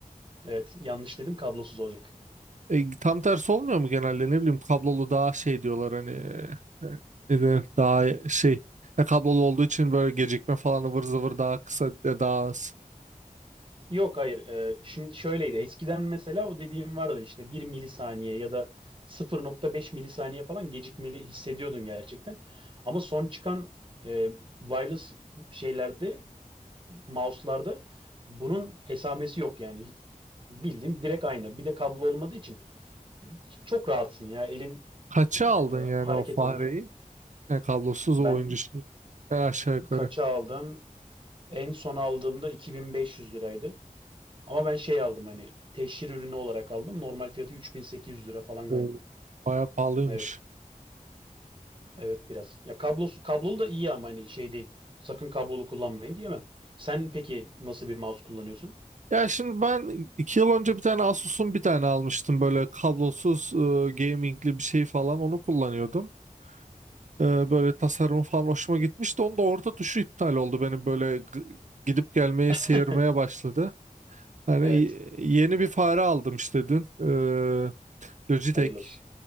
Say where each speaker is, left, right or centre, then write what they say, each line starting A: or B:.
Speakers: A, on the right; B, on the right.
A: Evet yanlış dedim kablosuz olacak.
B: E, tam tersi olmuyor mu genelde? Ne bileyim kablolu daha şey diyorlar hani e, e, ne denir? daha şey e, kablolu olduğu için böyle gecikme falan ıvır zıvır daha kısa e, daha az.
A: Yok hayır Ee, şimdi şöyleydi eskiden mesela o dediğim vardı işte bir milisaniye ya da 0.5 milisaniye falan gecikmeli hissediyordun gerçekten. Ama son çıkan e, wireless şeylerde mouse'larda bunun esamesi yok yani bildiğin direkt aynı. Bir de kablo olmadığı için Çok rahatsın ya. Elin
B: Kaça
A: e,
B: aldın
A: e,
B: yani
A: hareket
B: o fareyi?
A: alanı.
B: E, kablosuz
A: Ben
B: oyuncu şey. E, aşağı yukarı.
A: kaça aldım? En son aldığımda 2500 liraydı. Ama ben şey aldım hani teşhir ürünü olarak aldım. Normal fiyatı 3800 lira falan
B: O
A: galiba.
B: bayağı pahalıymış.
A: Evet. Evet biraz. Ya kablosu kablolu da iyi ama hani şey değil. Sakın kablolu kullanmayın diyemem. Sen peki nasıl bir mouse kullanıyorsun?
B: Ya şimdi ben iki yıl önce bir tane Asus'un bir tane almıştım böyle kablosuz e, gamingli bir şey falan onu kullanıyordum. Ee, böyle tasarımı falan hoşuma gitmişti. onda orta tuşu iptal oldu benim böyle g- gidip gelmeye
A: <laughs>
B: seyirmeye başladı. Yani
A: Evet.
B: y- yeni bir fare aldım işte dün. Ee, Logitech.
A: Hayırlı olsun.